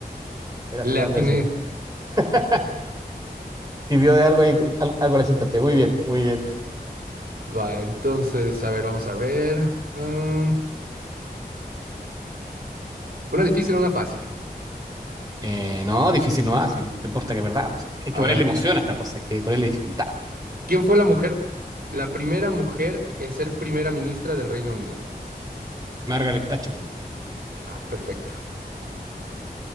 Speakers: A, on the right; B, on the right.
A: Era
B: le
A: Sudán
B: atiné.
A: del Sur. <laughs> Sirvió de algo ahí, al- algo la chuntaste. Muy bien, muy bien.
B: Va, entonces, a ver, vamos a ver. Ah, una difícil, una fácil.
A: Eh, no, difícil no va, si no importa que perdamos. si- Hay
B: A
A: que ponerle
B: ver,
A: emoción a esta cosa, hay que ponerle dificultad.
B: ¿quién fue la mujer, la primera mujer en ser primera ministra del Reino Unido?
A: Margaret Thatcher.
B: Ah, perfecto.